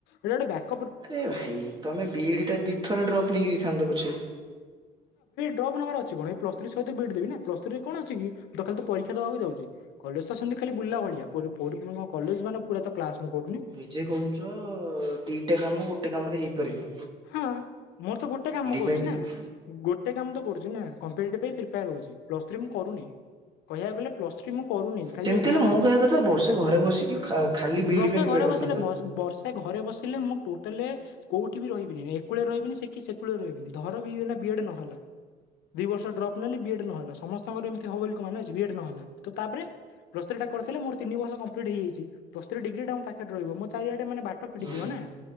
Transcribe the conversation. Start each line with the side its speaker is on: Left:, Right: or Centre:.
Left: ଏଟା ବ୍ୟାଖ
Right: ଆରେ ଭାଇ ତମେ ବି ଡି ଟା ଦଇ ଥର ଡ୍ରପ୍ ନେଇକି ଦେଇଥାନ୍ତ ପଛେ।
Left: ଟପ ନବାର ଅଛି କଣ ଏ ପସ ଥ୍ରୀ ସହିତ ବିଟ ଦେବି ନା ପ୍ସସ ଥ୍ରୀ ରେ କଣଛି କି ତାଲି ତ ପରୀକ୍ଷା ଦେବାକୁ ଯାଉଛି କଲେଜ ତ ସେମତି ଖାଲି ବୁଲା ଭ <unintelligible> କଲେଜ ମାନେ ପୁରାତ କ୍ଲାସ ମୁଁ କରୁନି
Right: ନିଜେ କହୁଛ ଦିଟା କାମ ଗୋଟେ କାମରେ ହେଇପାରିବି।
Left: ହଁ ମୋର ତ ଗୋଟେ କାମ କରୁଛି
Right: ପାଇଁ ବି
Left: ନା
Right: ଦଉଛ
Left: ଗୋଟେ କାମ ତ କରୁଛି ନା କମ୍ପିଟେଟିଭ ପାଇଁ ପ୍ରିପାର ହଉଛି। ରେ ମୁଁ କରୁନି କହିବାକୁ ଗଲେ- ପ୍ଲସ୍ ଥ୍ରୀ ମୁଁ କରୁନି ଖାଲି
Right: ସେମିତି
Left: ଏକ୍ଜାମ
Right: ହେଲେ ମୁଁ
Left: ଦଉଛି।
Right: କହିବା କଥା ବର୍ଷେ ଘରେ ବସିକି ଖା ଖାଲି ବିଇଡି
Left: ବର୍ଷେ
Right: ପାଇଁ ପ୍ରିପେୟାର
Left: ଘରେ
Right: କରିଥାନ୍ତ।
Left: ବସିଲେ ବର୍ଷେ ଘରେ ବସିଲେ ମୁଁ- ଟୋଟାଲେ କୋଉଠି? ଠ ବି ରହିବିନି ଏକୁଳିରେ ରହିବିନି ସେି ସେକୁୁରେ ରହିବିନି ଧର ବି ବିଏଡ ନ ହେଲା ଦି ବର୍ଷ ଡ୍ରପ ନଲେ ବିଏଡ୍ ନହେଲା ସମସ୍ତଙ୍କର ଏମିତି ହବ ବୋଲି ମାନେ ଅଛି। ବି ଏଡ ନହେଲା ତ ତାପରେ ପ୍ଲସଥ୍ରୀ ଟା କରିଥିଲେ ମୋର ତିନି ବର୍ଷ କମ୍ପ୍ଲିଟ ହେଇଯାଇଛି ପ୍ଲଥ୍ରି ଡିଗ୍ରୀ ଟା ମୋ ପାଖରେ ରହ ମୋ ଚାରିଆଡେ ମାନେ ବାଟ ଫିଟିଯିବ
Right: ହୁଁ
Left: ନା।